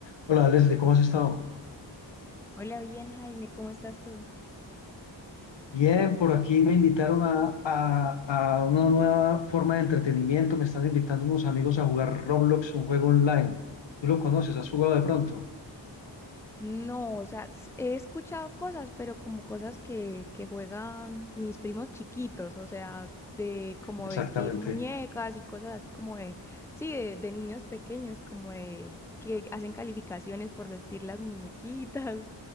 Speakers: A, on the left (about 70°); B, in the centre.
A: Hola Leslie, ¿cómo has estado?
B: Hola, bien, Jaime, ¿cómo estás tú?
A: Bien, por aquí me invitaron a, a- a una nueva forma de entretenimiento. Me están invitando unos amigos a jugar Roblox, un juego online. ¿Tú lo conoces? ¿Has jugado de pronto?
B: No, o sea, s- he escuchado cosas, pero como cosas que, que juegan mis primos chiquitos, o sea, de como
A: Exactamente.
B: vestir muñecas y cosas así como de, sí, de, de niños pequeños, como de que hacen calificaciones por vestir las muñequitas,